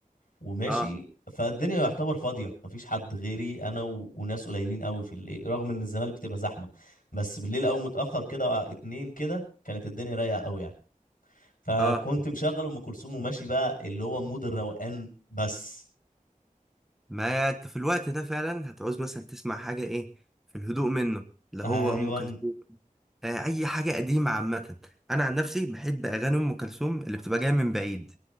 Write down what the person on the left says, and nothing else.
وماشي
فالدنيا يعتبر فاضيه مفيش حد غيري انا و... وناس قليلين قوي في الليل رغم ان الزمالك بتبقى زحمه بس بالليل قوي متاخر كده آه، اتنين كده كانت الدنيا رايقه قوي يعني فكنت
مشغل ام كلثوم وماشي بقى اللي هو مود الروقان بس
ايوه